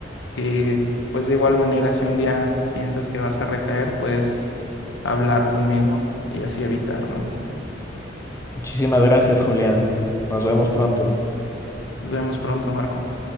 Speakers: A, on the left; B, on the left.
A: y pues de igual manera, si un día piensas que vas a recaer, puedes hablar conmigo y así evitarlo, ¿no?
B: Muchísimas gracias, Julián. Nos vemos pronto.
A: Nos vemos pronto, Marco.